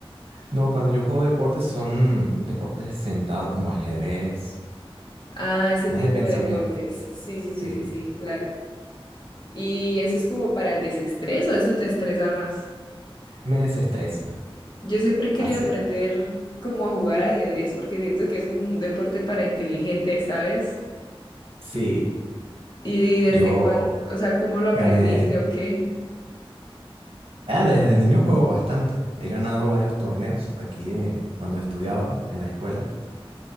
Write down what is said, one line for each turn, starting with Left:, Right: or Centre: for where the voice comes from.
Right: No, cuando yo juego deportes son deportes sentados como ajedrez,
Left: Ah, ese
Right: más
Left: tipo
Right: de pensamiento.
Left: de deportes. Sí, sí,
Right: Sí,
Left: sí, sí, sí, claro. ¿Y eso es como para el desestrés o eso te estresa más?
Right: me desestresa.
Left: Yo siempre quería
Right: Hace,
Left: aprender como a jugar ajedrez porque siento que es como un deporte para inteligentes, ¿sabes?
Right: sí,
Left: Y, y desde
Right: yo
Left: cuándo, o sea, ¿cómo lo aprendiste
Right: gané.
Left: o qué?
Right: Ah, desde niño juego bastante. He ganado
Left: Sí.
Right: varios torneos aquí eh, cuando estudiaba en la escuela.